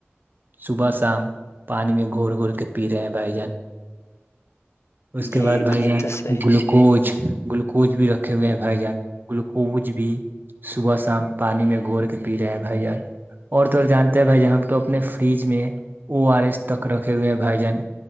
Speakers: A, on the right; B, on the left.
A: صبح شام پانی میں گور گور کے پی رہے ہیں بھائی جان اس کے
B: جی
A: بعد بھائی
B: بات
A: جان
B: تو صحیح
A: گلوکوز گلوکوز بھی رکھے ہوئے ہیں بھائی جان گلوکو کچ بھی صبح شام پانی میں گھور کے پی رہے ہے جائے اور تو جانتے ہیں بھائی جان ہم تو اپنے فریج میں او آر ایس تک رکھے ہوئے ہیں بھائی جان